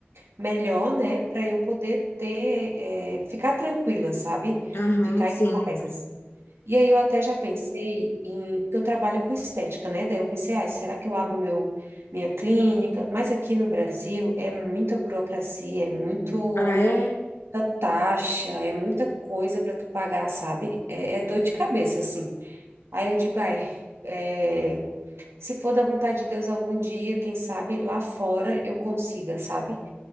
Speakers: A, on the right (about 85°); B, on the left (about 80°).
A: melhor né para eu poder ter é, ficar tranquila sabe
B: aham,
A: ficar
B: sim.
A: em paz assim e aí eu até já pensei em, porque eu trabalho com estética, né? Daí eu pensei, ah, será que eu abro meu, minha clínica? Mas aqui no Brasil é muita burocracia, é muito
B: Ah, é?
A: muita taxa, é muita coisa para tu pagar, sabe? É, é dor de cabeça, assim. Aí eu digo, ai, é, se for da vontade de Deus algum dia, quem sabe lá fora eu consiga, sabe?